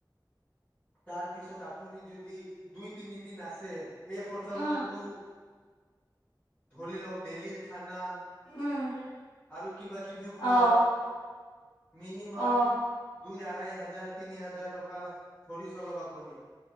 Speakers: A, on the left; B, on the left.
A: তাৰ পিছত আপুনি যদি দুই তিনিদিন আছে এই খৰচাতো
B: উম
A: ধৰি লওক ডেইলিৰ খানা
B: উম
A: আৰু কিবা-কিবি খোৱা
B: অ
A: মিনিমাম
B: অ
A: দু দুই আঢ়ৈ হাজাৰ তিনি হাজাৰ টকা চৰি চলক আপুনি